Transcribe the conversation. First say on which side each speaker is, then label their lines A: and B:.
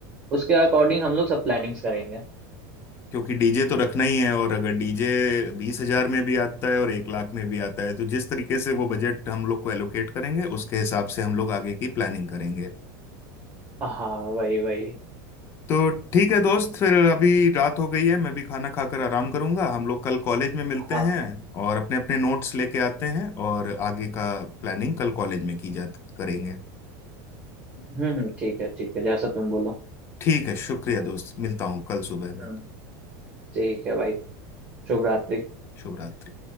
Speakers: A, on the right (about 25°); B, on the left (about 25°).
A: उसके अकॉर्डिंग हम लोग सब प्लानिंग्स करेंगे
B: क्योंकि डीजे तो रखना ही है और अगर डीजे बीस हजार में भी आता है और एक लाख में भी आता है तो जिस तरीके से वो बजट हम लोग को एलोकेट करेंगे उसके हिसाब से हम लोग आगे की प्लानिंग करेंगे
A: हाँ वही वही
B: तो ठीक है दोस्त फिर अभी रात हो गई है मैं भी खाना खाकर आराम करूंगा हम लोग कल कॉलेज में मिलते
A: हाँ
B: हैं
A: हाँ
B: और अपने अपने नोट्स लेके आते हैं और आगे का प्लानिंग कल कॉलेज में की जा करेंगे
A: हम्म हम्म, ठीक है ठीक है जैसा तुम बोलो
B: ठीक है शुक्रिया दोस्त मिलता हूँ कल सुबह में
A: हम्म ठीक है भाई शुभ रात्रि
B: शुभ रात्रि